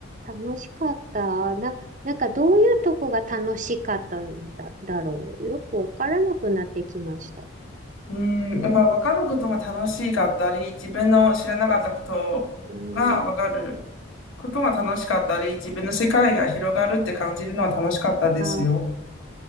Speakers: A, on the right; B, on the left.
A: あ、楽しかった。な、なんかどういうとこが楽しかったんだ、だろう。よくわからなくなってきました。
B: うん、やっぱ分かることが楽しかったり、自分の知らなかったことが分かる。
A: うーん、
B: ことが楽しかったり、自分の世界が広がるって感じるのは楽しかったですよ。
A: あ